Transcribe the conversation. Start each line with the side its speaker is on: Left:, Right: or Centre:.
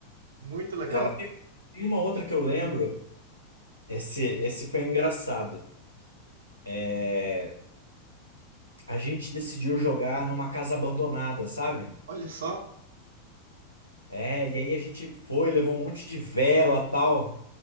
Right: muito legal.
Left: Cara, tem tem uma outra que eu lembro. Esse, esse foi engraçado. É, a gente decidiu jogar numa casa abandonada, sabe?
Right: Olha só,
Left: É, e aí a gente foi, levou um monte de vela, tal.